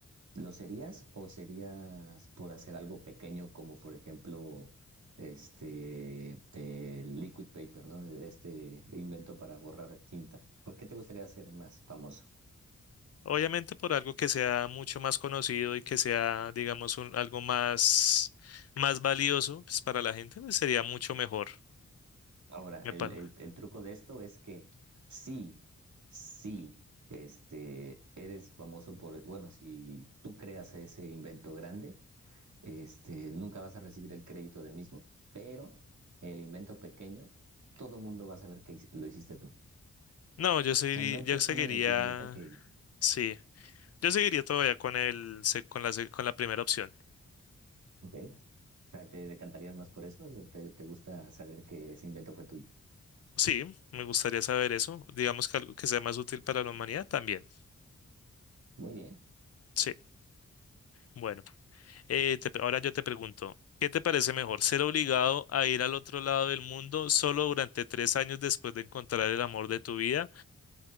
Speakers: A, on the right (about 75°); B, on the left (about 55°).
A: ¿lo serías o serías por hacer algo pequeño, como por ejemplo este el liquid paper, ¿no? Este invento para borrar tinta. ¿Por qué te gustaría ser más famoso?
B: Obviamente por algo que sea mucho más conocido y que sea, digamos, un- algo más, más valioso pues, para la gente, pues, sería mucho mejor.
A: Ahora,
B: Me
A: el,
B: para.
A: el- el truco de esto es que sí, sí, este, eres famoso por, bueno, si tú creas ese invento grande, este, nunca vas a recibir el crédito del mismo, pero el invento pequeño, todo mundo va a saber que lo hiciste tú. O
B: No, yo seguiría,
A: sea, no hay
B: yo
A: persona
B: seguiría,
A: en el planeta que,
B: sí, yo seguiría todavía con el, se- con la, se- con la primera opción.
A: ok, o sea, ¿te decantarías más por eso? ¿Te, te gusta saber que ese invento fue tuyo?
B: Sí, me gustaría saber eso. Digamos que algo que sea más útil para la humanidad también.
A: Muy bien.
B: Sí, bueno. Eh, te ahora yo te pregunto, ¿qué te parece mejor? ¿Ser obligado a ir al otro lado del mundo solo durante tres años después de encontrar el amor de tu vida